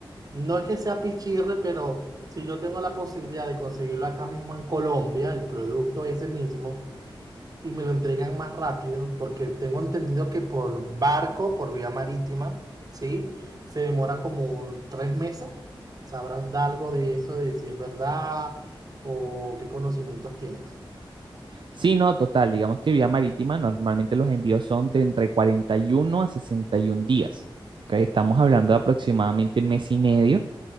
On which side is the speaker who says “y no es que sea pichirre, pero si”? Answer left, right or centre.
Right